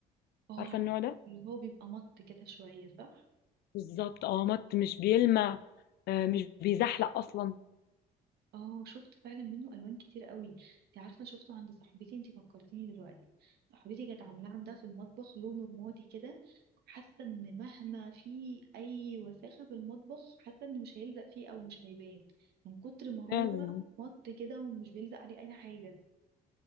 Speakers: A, on the right; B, on the left.
A: اه
B: عارفه
A: عارفة
B: النوع ده
A: اللي هو بيبقى مط كده شوية صح
B: بالظبط اه مط مش بيلمع آه مش بيزحلق اصلا
A: اه شفت فعلا منه الوان كتير قوي انت عارفة شفته عند صاحبتي انت فكرتيني دلوقتي صاحبتي كانت عاملاه عندها في المطبخ لونه رمادي كده حاسة ان مهما في اي وساخة في المطبخ حاسة انه مش هيلزق فيه او مش هيبان من كتر ما هو
B: فعلا
A: مط كده ومش بيلزق عليه اي حاجة